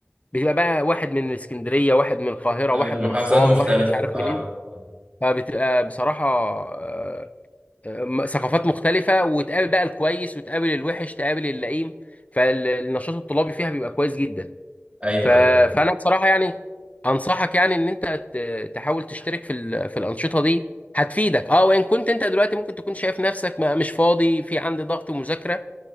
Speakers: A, on the left; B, on the right.
A: بتبقى بقى واحد من اسكندريه واحد من القاهره
B: المحافظات
A: واحد من اسوان
B: مختلفه
A: واحد مش عارف
B: اه
A: منين
B: آه.
A: فبتبقى بصراحه آه، آه، م- ثقافات مختلفه وتقابل بقى الكويس وتقابل الوحش تقابل اللئيم فالنشاط الطلابي فيها بيبقى كويس جدا
B: ايوه
A: ف...
B: ايوه
A: فانا بصراحه يعني انصحك يعني ان انت ت- تحاول تشترك في ال... في الانشطه دي هتفيدك اه وان كنت انت دلوقتي ممكن تكون شايف نفسك ما مش فاضي في عندي ضغط ومذاكره